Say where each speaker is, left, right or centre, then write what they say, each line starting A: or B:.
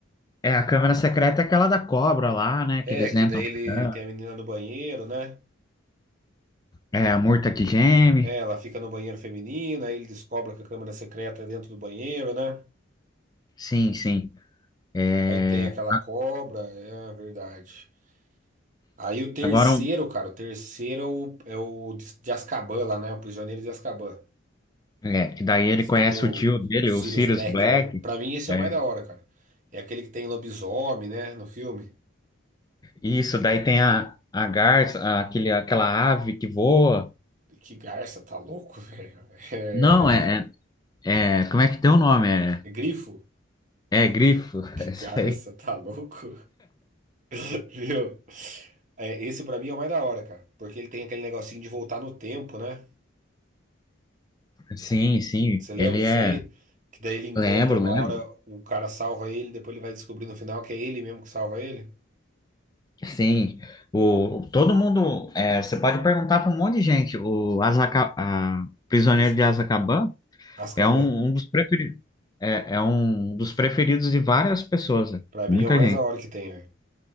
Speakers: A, on the left (about 20°); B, on the right (about 40°).
A: É, a câmera secreta é aquela da cobra lá, né?
B: é,
A: Que eles
B: que
A: entram.
B: daí
A: na
B: ele
A: câmera.
B: tem a menina no banheiro, né?
A: É, a murta que geme.
B: É, ela fica no banheiro feminino, aí ele descobre que a câmera secreta é dentro do banheiro, né?
A: Sim, sim. É,
B: Aí tem aquela cobra, é verdade. Aí o terceiro,
A: agora, um-
B: cara, o terceiro é o, é o de de Azkaban lá, né? O Prisioneiro de Azkaban.
A: é, que daí ele conhece
B: Que tem o
A: o tio dele,
B: Sirius
A: o Sirius
B: Black,
A: Black.
B: né? Pra mim esse
A: É,
B: é o mais da hora, cara. É aquele que tem lobisomem, né? No filme.
A: isso, daí tem a, a garça, a- aquele, aquela ave que voa.
B: Que garça, tá louco, <laughs> velho? É...
A: Não, é, é, é- Como é que tem o nome? É,
B: é Grifo?
A: é grifo. <laughs>
B: Que
A: É isso
B: garça,
A: aí.
B: tá louco? <laughs> Viu? É, esse pra mim é o mais da hora, cara. Porque ele tem aquele negocinho de voltar no tempo, né?
A: Sim, sim.
B: Você
A: Ele
B: lembra disso
A: é.
B: aí? Que daí ele encontra
A: Lembro,
B: uma
A: lembro.
B: hora, o cara salva ele, depois ele vai descobrir no final que é ele mesmo que salva ele.
A: Sim, o, todo mundo, é, você pode perguntar para um monte de gente, o Azaca, a, Prisioneiro
B: Por isso,
A: de Azkaban
B: Azkaban,
A: é um, um dos preferidos, é, é um dos preferidos de várias pessoas, né?
B: pra
A: muita
B: mim é o mais
A: gente.
B: da hora que tem, velho.